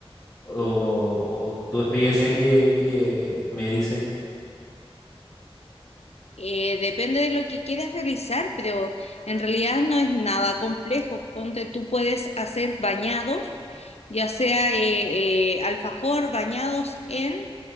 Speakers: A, on the left; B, on the left.
A: O, o- o tu experiencia que, me dice.
B: Eh, depende de lo que quieras realizar, pero en realidad no es nada complejo. Ponte, tú puedes hacer bañados, ya sea eh, eh, alfajor, bañados en